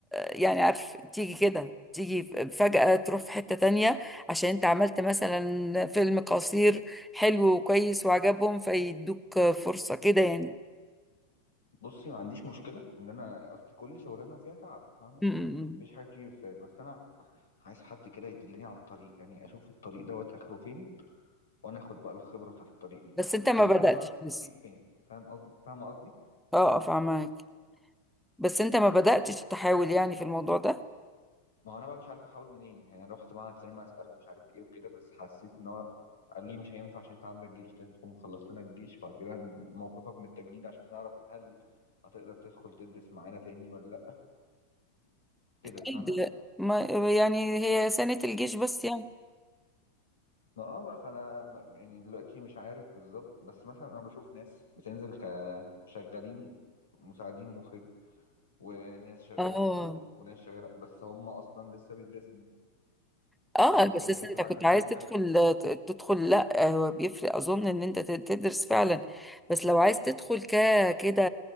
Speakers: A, in the centre; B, on the left.
A: يعني عارف تيجي كده تيجي فجأة تروح في حتة تانية عشان انت عملت مثلا فيلم قصير حلو وكويس وعجبهم فيدوك فرصة كده يعني
B: بصي ما عنديش مشكلة ان انا اصل كل شغلانة وفيها تعب فاهمة
A: م- م- م.
B: مفيش حاجة بتيجي بالسهل بس انا عايز حد كده يدلني على الطريق يعني اشوف الطريق دوت اخره فين وانا اخد بقى الخبره بتاعت الطريق دي
A: بس انت ما
B: يعني
A: بدأتش
B: عايز اعرف الطريق
A: لسه
B: فين فاهم قصدي فاهم قصدي
A: اه اه فاهمك بس انت ما بدأتش تحاول يعني في الموضوع ده
B: ما هو انا بقى مش عارف احاول منين يعني انا رحت معهد سينما اساله ومش عارف ايه وكده بس حسيت ان هو قالوا لي مش هينفع عشان انت عندك جيش لازم تكون مخلص لنا الجيش بعد كده موقفك من التجنيد عشان نعرف هل هتقدر تدخل تدرس معانا تاني ولا لا كده
A: أكيد
B: فاهمه
A: ما يعني هي سنة الجيش بس يعني
B: ما اه بقى فانا م- يعني دلوقتي مش عارف بالظبط بس مثلا انا بشوف ناس بتنزل كشغالين مساعدين مخرج وناس شغاله
A: اه
B: ديكور وناس شغاله بس هم اصلا لسه بيدرسوا
A: اه
B: فاهمة
A: بس
B: وبيدرسوا
A: أصل انت
B: حاجة
A: كنت
B: تانية
A: عايز
B: مختلفة
A: تدخل تدخل لا هو بيفرق اظن ان انت تدرس فعلا بس لو عايز تدخل ك كده